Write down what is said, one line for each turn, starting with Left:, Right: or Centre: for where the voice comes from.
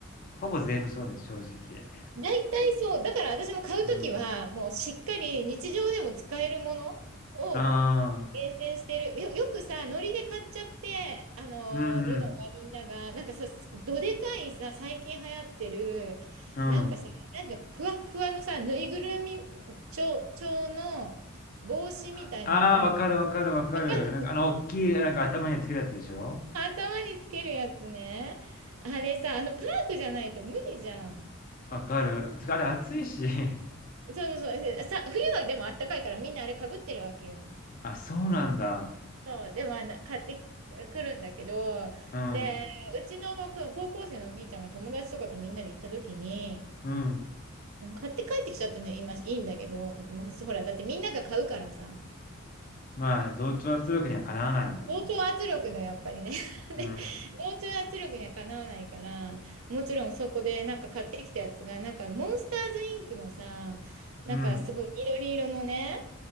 Left: ほぼ全部そうです、正直。
Right: 大体そう、だから私も買うときは、
Left: うん。
Right: もうしっかり日常でも使えるものを
Left: ああ、
Right: 厳選してる。よ、よくさ、ノリで買っちゃって、あのー、
Left: うんうん。
Right: るのがみんなが、なんかさ、すどでかいさ、最近流行ってる、
Left: うん。
Right: なんかさ、なんかふわっふわのさ、ぬいぐるみ調、調の帽子みたいのがあるの。
Left: ああー、わかるわかるわかる。
Right: わかる
Left: なんかあの、
Right: <laughs>
Left: 大きい、なんか頭につけるやつでしょ
Right: 頭につけるやつね。あれさ、あの、パークじゃないと無理じゃん。
Left: わかる。つかあれ熱いし。<laughs>
Right: そうそうそう。さ、冬はでもあったかいからみんなあれかぶってるわけよ。
Left: あ、そうなんだ。
Right: そう、でもあの買ってくるんだけど、
Left: うん。
Right: で、うちのく高校生のお兄ちゃんが友達とかとみんなで行った時に、
Left: うん。
Right: 買って帰ってきちゃったのよ、今いいんだけど、まあ、そうほら、だってみんなが買うからさ、
Left: まあ、同調圧力にはかなわないもんね。
Right: 同調圧力だよ、やっぱりね。<laughs> で、
Left: うん。
Right: 同調圧力にはかなわないから、もちろんそこでなんか買ってきたやつが、なんかモンスターズインクのさ、なんかすごい緑色のね、
Left: うん。